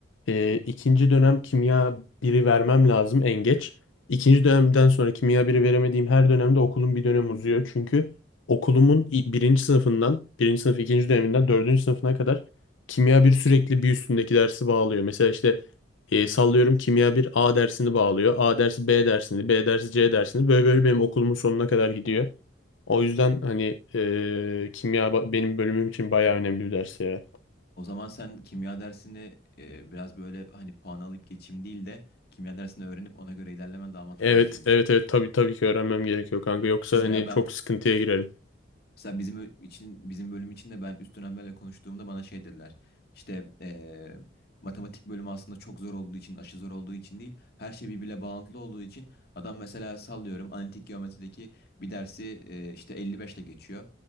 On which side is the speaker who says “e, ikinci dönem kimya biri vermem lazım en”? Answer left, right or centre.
Left